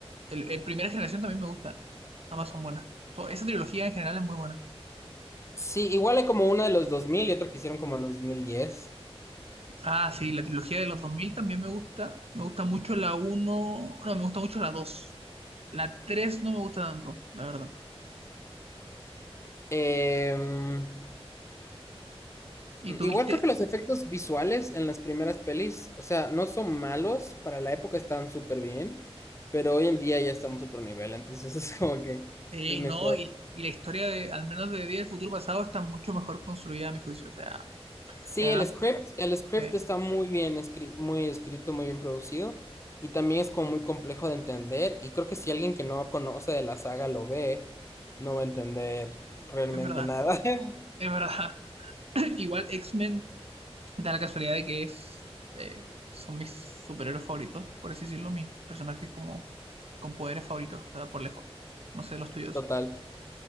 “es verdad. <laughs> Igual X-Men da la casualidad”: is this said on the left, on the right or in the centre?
Right